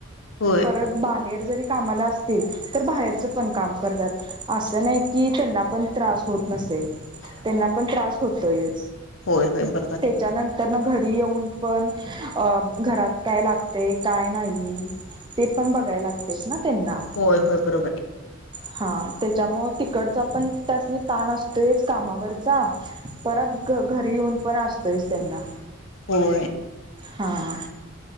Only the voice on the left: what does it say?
होय
होय होय बरोबर आहे
होय होय बरोबर आहे.
होय.